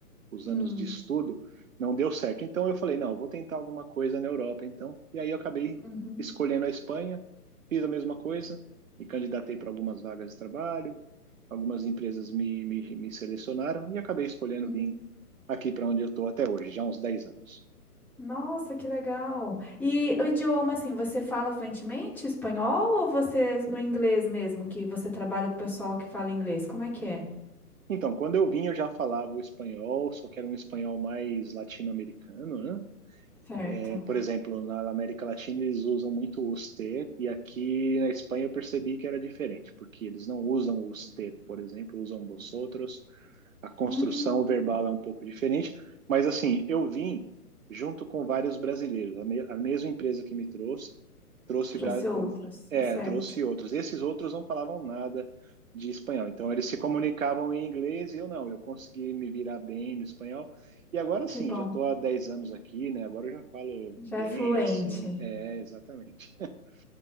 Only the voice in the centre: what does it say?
Hum.
Uhum.
Uhum.
Nossa, que legal. E o idioma, assim, você fala fluentemente espanhol ou você no inglês mesmo, que você trabalha com o pessoal que fala inglês? Como é que é?
Certo.
Hum,
trouxe outros,
certo.
Que bom.
Já
é fluente.